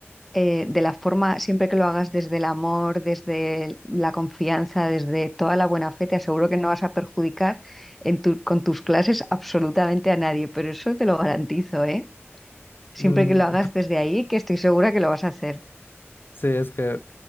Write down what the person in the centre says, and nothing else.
eh, de la forma, siempre que lo hagas desde el amor, desde el- la confianza, desde toda la buena fe, te aseguro que no vas a perjudicar en tu- con tus clases absolutamente a nadie, pero eso te lo garantizo, ¿eh? Siempre
que lo hagas desde ahí, que estoy segura que lo vas a hacer.